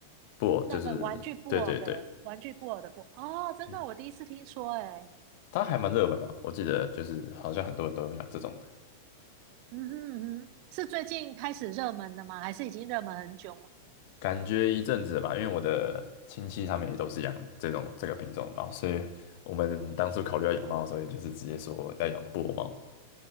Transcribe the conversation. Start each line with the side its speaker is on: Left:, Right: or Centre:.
Left: 布偶就是对对对，
Right: 那个玩具布偶的玩具布偶的布偶哦，真的，
Left: 嗯，
Right: 我第一次听说、欸，哎，
Left: 它还蛮热门的，我记得就是好像很多人都有养这种的。
Right: 嗯哼嗯哼，是最近开始热门的吗？还是已经热门很久了？
Left: 感觉一阵子吧，因为我的亲戚他们也都是养这种这个品种的猫，所以我们当初考虑要养猫所以就是直接说要养布偶猫。